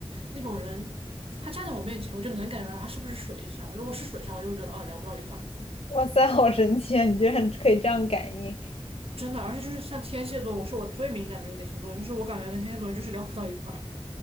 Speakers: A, on the right (about 70°); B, on the left (about 75°).
A: 那种人他站在我面前，我就能感觉到他是不是水象，如果是水象，我就会觉得哦聊不到一块儿，
B: 哇塞，好神奇啊！你居然可以这样感应。
A: 真的，而且就是像天蝎座，我是我最敏感的一个星座，就是我感觉跟天蝎座就是聊不到一块儿，